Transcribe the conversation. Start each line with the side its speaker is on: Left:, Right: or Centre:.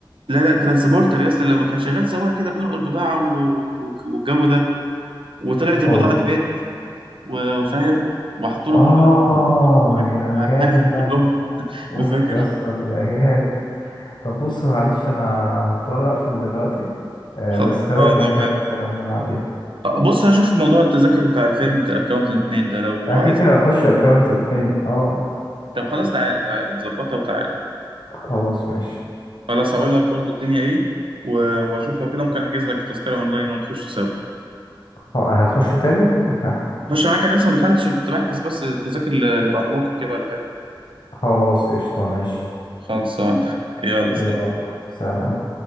Right: لا لا ترانسبورتر يا اسطى لما كان شغال سواق كده بينقل بضاعه و- و- والجو ده وطلعت البضاعة
Left: اه
Right: دي بنت و- وفاهم وحطوا له
Left: اه
Right: قنبلة في العربية.
Left: يا
Right: هنهم
Left: جامد ده
Right: كلهم <laughs>
Left: اوف
Right: مذاكر
Left: يا اسطى يا ايهاب طب بص معلش انا هضطر اقفل دلوقتي آه
Right: خلصانة
Left: بس خلينا نبقى نكمل
Right: بقى
Left: كلامنا بعدين
Right: بص هشوف موضوع التذاكر بتاع الفيلم بتاع اكاونتنت 2 ده لو
Left: انا
Right: عايز
Left: كده كده
Right: ده.
Left: هخش اكونت تاني اه
Right: طب خلاص تعالى تعالى نظبطها وتعالى
Left: خلاص ماشي
Right: خلاص هقول لك برضو الدنيا ايه و- واشوف لو كده ممكن احجز لك تذكرة اونلاين ونخش سوا
Left: ه- هتخش تاني <laughs>
Right: اخش معاك انا لسه ما دخلتش كنت بحجز بس التذاكر اللي بعد بكره كده ولا حاجه
Left: خلاص قشطة ماشي
Right: خلصان <laughs> يلا سلام
Left: يلا سلام